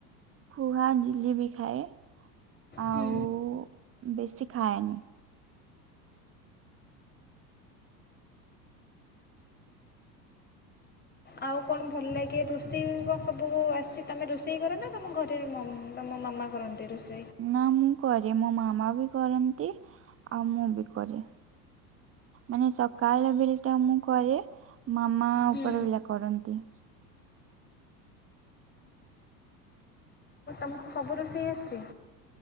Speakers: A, on the right (about 25°); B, on the left (about 20°).
A: ଖୁଆ ଜଝିଲି ବି ଖାଏ
B: ହୁଁ
A: ଆଉ ବେଶୀ ଖାଏନି
B: ଆଉ କଣ ଭଲ ଲାଗେ ରୋଷେଇ କ ସବୁ ଆସିଛି ତମେ ରୋଷେଇ କର ନା ତମ ଘରେ ତମ ମାମା କରନ୍ତି ରୁସି
A: ନା ମୁଁ କରେ ମୋ ମାମା ବି କରନ୍ତି ଆଉ ମୁଁ ବି କରେ ମାନେ ସକାଳ ବେଳେ ଟା ମୁଁ କରେ ମାମା
B: ହୁଁ
A: ଉପର ବିଲ କରନ୍ତି
B: ଆମ ସବୁ ରୋଷେଇ ଆସିଛି